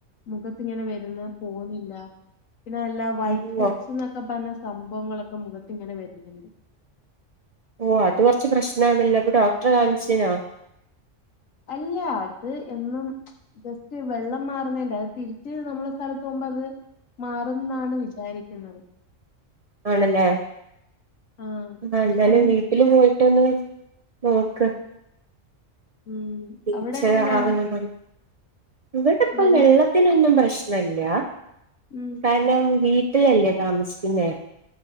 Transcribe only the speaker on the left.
മുഖത്തിങ്ങനെ വരുന്ന് പോവുന്നില്ല പിന്നെ അല്ല വൈറ്റ്
ഹെഡ്സ്ന്നൊക്കെ പർഞ്ഞ സംഭവങ്ങളൊക്കെ മുഖത്തിങ്ങനെ വര്ന്ന്ണ്ട്
അല്ല അത് എന്നും ജസ്റ്റ് വെള്ളം മാറുന്നേന്റ, അത് തിരിച്ച് നമ്മളെ സ്ഥലത്ത് പോകുമ്പോ അത് മാറുംന്നാണ് വിചാരിക്കുന്നത്
ആഹ്
അൻ
ഉം
അവിടെ എങ്ങനാ
വെൾ
ഉം